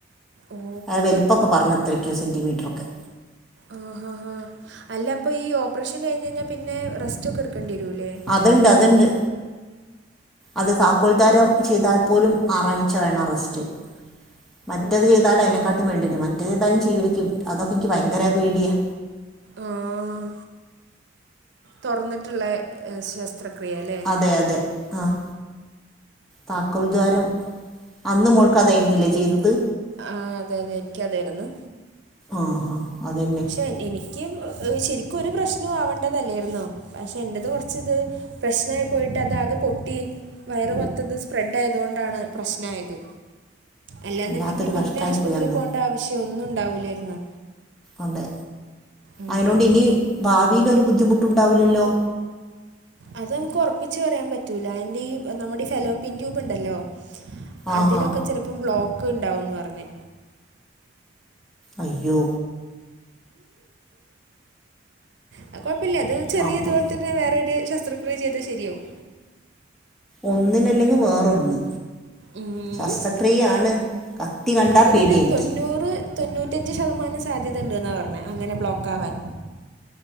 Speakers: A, on the right; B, in the centre.
A: ഓ
B: അ വെൽപ്പൊക്കെ പർഞ് എത്രക്കോ സെൻറിമീറ്ററൊക്കെ
A: ആ ഹ ഹാ അല്ല പ്പൊ ഈ ഓപ്പറേഷൻ കൈഞയ്ഞ്ഞാ പിന്നെ റെസ്‌റ്റോക്കെ ട്ക്കണ്ട്യരൂലേ
B: അത്ണ്ട് അത്ണ്ട് അത് താക്കോൽദാരം ചെയ്താൽ പോലും ആറാഴ്ച വേണം റസ്റ്റ് മറ്റത്
A: ഓ
B: ചെയ്താലയ്നെക്കാട്ടിം വേണ്ടിയെരും മറ്റതേ താലും ചെയ്യേക്കും അതൊക്കെ ഇന്ക്ക് ഭയങ്കര പേടിയാ
A: ആഹ് തൊർന്ന്ട്ട്ള്ളെ എസ് സ് ത്രക്രിയലെ
B: അതെ അതെ ആഹ് താക്കോൽദ്വാരം അന്ന് മോൾക്കതായിരുന്നില്ലേ ചെയ്തത്
A: ആഹ് അതെ അതെ ഇന്ക്കതായിര്ന്ന്
B: ആഹ് ഹാ അതെന്നെ
A: എ എനിക്ക് ശരിക്കു ഒരു പ്രശ്നും ആവേണ്ടതല്ലേർന്നു പക്ഷെ എന്റേത് കൊറ്ച്ച്ത് പ്രശ്നായി പോയിട്ട് അതാകെ പൊട്ടി വയറ് മൊത്തത്ത് സ്പ്രെഡായതൊണ്ടാണ് പ്രശ്നായത് അല്ലാന്ന്ണ്ടെങ്കി
B: വല്ലാത്തൊരു
A: പിന്നാശ്പത്രി
B: കഷ്ടമായിപ്പോയി അന്ന്
A: പോണ്ടാവശ്യം ഒന്നും ഉണ്ടാവൂലേറ്ന്ന്
B: അതെ
A: ഉം.
B: അയ്നോണ്ടിനി ഭാവീലൊരു ബുദ്ധിമുട്ടുണ്ടാവൂലല്ലോ
A: അത് നമ്ക്കൊറ്പ്പിച്ച് പറയാൻ പറ്റൂല അയ്ന്റെ ഈ നമ്മുടെ ഈ ഫെലോപിൻ ട്യൂബ്ണ്ടല്ലോ
B: ആഹാ
A: അതിലൊക്കെ ചെലപ്പോ ബ്ലോക്ക്ണ്ടാവുന്ന് പറ്ഞ്ഞ്
B: അയ്യോ
A: അത് കൊഴപ്പല്ല്യാ ഇത് ചെറ്യേ
B: അപ്പൊ
A: ഇതോല് തെ ന്നെ വേറൊര് ശസ്ത്രക്രിയ ചെയ്താ ശര്യാവും
B: ഒന്നിനല്ലെങ്കി വേറൊന്ന്
A: ഉം.
B: ശസ്ത്രക്രിയയാണ് കത്തി കണ്ടാ
A: അതിനൊരു
B: പേട്യാ എനിക്ക്
A: തൊണ്ണൂറ് തൊണ്ണൂറ്റഞ്ച് ശതമാനം സാധ്യതണ്ട്ന്നാ പറഞ്ഞേ അങ്ങനെ ബ്ലോക്കാവാൻ